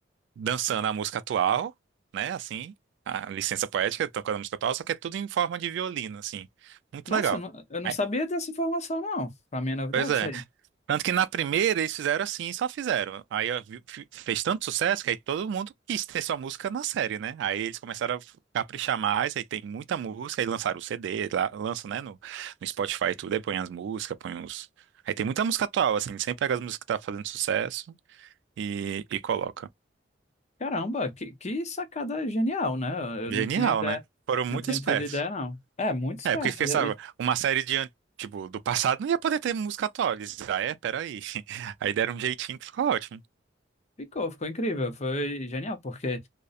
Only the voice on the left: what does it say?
Nossa,
eu não, eu não
sabia dessa informação, não. Pra mim é novidade
isso aí.
Caramba, que, que sacada genial, né? Eu
não tinha ideia,
não tinha
tido ideia, não. É, muito esperto.
E- e
Ficou, ficou incrível, foi genial, porque